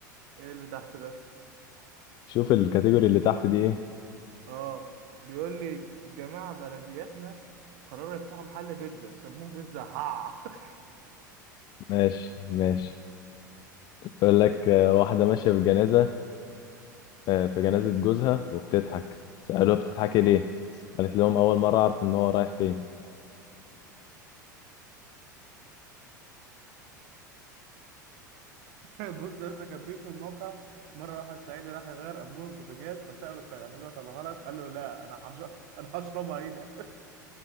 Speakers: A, on the right (about 55°); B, on the left (about 40°).
A: ايه اللي تحت ده
B: شوف الكاتيجوري اللي تحت دي ايه
A: اه بيقول لي جماعة بلدياتنا قرروا يفتحوا محل بيتزا سموه بيتزا هع <laughs>
B: ماشي ماشي يقول لك آه، واحدة ماشية في جنازة آه، في جنازة جوزها وبتضحك سألوها بتضحكي ليه؟ قالت لهم أول مرة أعرف إن هو رايح فين
A: <laughs> بص يا اسطى كان بيه في الموقع مرة واحد صعيدي راح يغير أنبوبة بوتاجاز فسأله بتاع الأنبوبة طلعها لك قال له لا أنا هش... <laughs> أنا هشربها هنا